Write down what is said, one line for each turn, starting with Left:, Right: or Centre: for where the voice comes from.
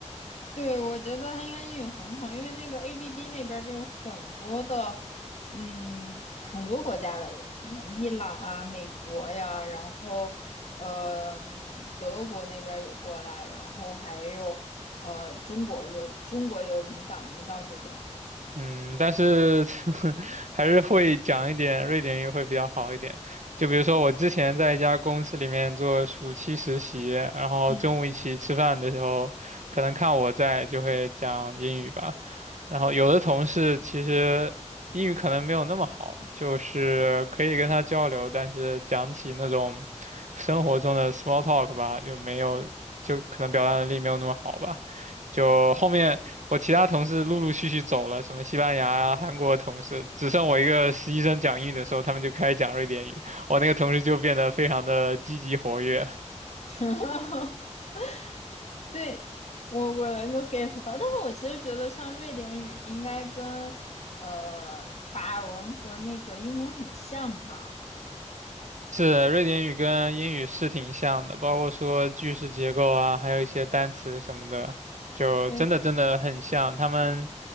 Left: 对，我觉得他应该英语很好，因为那个 ABB 那边儿就有很多的，嗯，很多国家的人，嗯伊朗啊、美国呀，然后呃，德国那边儿也过来，然后还有呃，中国轮，中国也有轮岗轮到那边的，
Right: 嗯，但是 <laughs> 还是会讲一点瑞典语会比较好一点。就比如说我之前在一家公司里面做暑期实习，然后中午一起吃饭的时候，
Left: 嗯，
Right: 可能看我在就会讲英语吧。然后有的同事其实英语可能没有那么好，就是可以跟他交流，但是讲起那种生活中的 small talk 吧，就没有，就可能表达能力没有那么好吧。就后面我其他同事陆陆续续走了，什么西班牙啊、韩国的同事，只剩我一个实习生讲英语的时候，他们就开始讲瑞典语，我那个同事就变得非常的积极活跃。
Left: <laughs> 对，我我能够 get 到，但是我其实觉得像瑞典语应该跟呃法文和那个英文很像吧，
Right: 是瑞典语跟英语是挺像的，包括说句式结构啊，还有一些单词什么的，就真的真的很像。
Left: 对。
Right: 他们